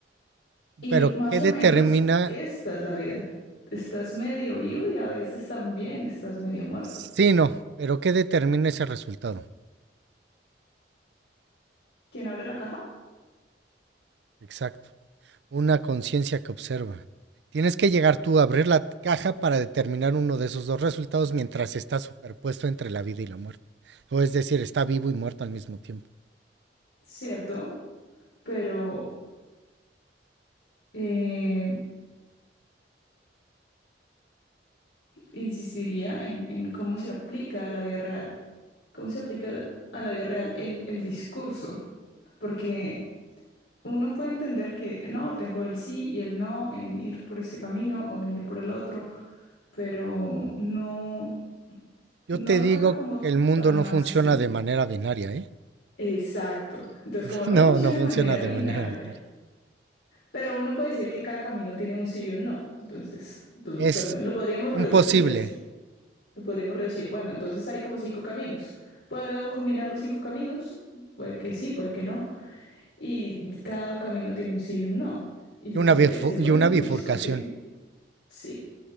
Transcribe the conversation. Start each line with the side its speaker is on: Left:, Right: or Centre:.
Left: Y
Right: Pero
Left: más
Right: ¿qué
Left: o menos
Right: determina?
Left: esta es la vida. Estás medio vivo y a veces también estás medio muerto.
Right: Sí, no, pero ¿qué determina ese resultado?
Left: ¿Quién abre la caja?
Right: Exacto. una conciencia que observa. Tienes que llegar tú a abrir la caja para determinar uno de esos dos resultados mientras está superpuesto entre la vida y la muerte. O es decir, está vivo y muerto al mismo tiempo.
Left: Cierto, pero eh, insistiría en, en cómo se aplica a la vida real. ¿Cómo se aplica a la a la vida real el, el discurso? Porque uno puede entender que no, tengo el sí y el no en ir por este camino o en ir por el otro, pero no, no
Right: Yo te
Left: lo
Right: digo
Left: veo como
Right: que el mundo
Left: tan
Right: no funciona
Left: así.
Right: de manera binaria, ¿eh?
Left: Exacto. Entonces,
Right: <laughs>
Left: como no
Right: No,
Left: funciona
Right: no funciona
Left: de manera
Right: de
Left: binaria,
Right: manera binaria.
Left: pero uno puede decir que cada camino tiene un sí y un no. Entonces, tú
Right: Es
Left: también- lo podríamos reducir
Right: un posible
Left: así. Lo podríamos reducir, bueno, entonces hay como cinco caminos. ¿Puedo combinar los cinco caminos? Puede que sí, puede que no. Y cada camino tiene un sí y un no. Y yo
Right: y una,
Left: te podría
Right: bifu-
Left: decir,
Right: y
Left: bueno,
Right: una
Left: listo,
Right: bifurcación.
Left: sí, sí.